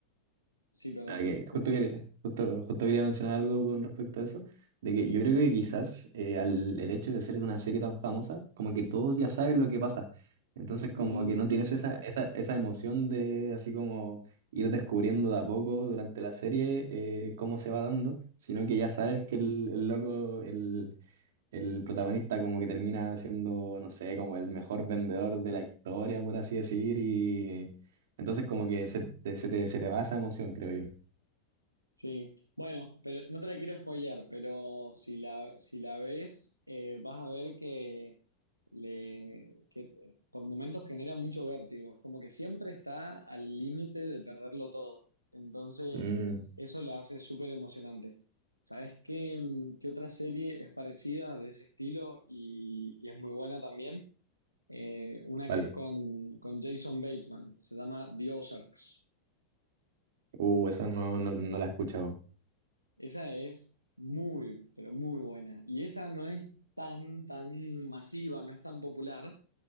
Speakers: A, on the right (about 85°); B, on the right (about 55°).
A: sí, perdón.
B: Ah, que
A: que-
B: justo quería, justo, justo quería mencionar algo con respecto a eso, de que yo creo que quizás eh, al, el hecho de ser una serie tan famosa, como que todos ya saben lo que pasa, entonces como
A: Mm,
B: que no tienes esa, esa, esa emoción de así como ir descubriendo de a poco durante la serie eh, cómo se va dando, sino que ya sabes que el, el loco, el, el protagonista como que termina siendo, no sé, como el mejor vendedor de la historia, por así decir, y entonces como que se, te- se te, se te va esa emoción, creo yo.
A: Sí, bueno, pero no te la quiero spoilear, pero si la, si la ves, eh, vas a ver que, le, que por momentos genera mucho vértigo, es como que siempre está al límite de perderlo todo, entonces
B: Mm,
A: eso la hace súper emocionante. ¿Sabes qué, mm, qué otra serie es parecida de ese estilo y, y es muy buena también? Eh, una
B: vale.
A: que es con, con Jason Bateman, se llama The Ozarks.
B: Uh, esa no, no, no la he escuchado.
A: Esa es muy, pero muy buena. Y esa no es tan, tan masiva, no es tan popular.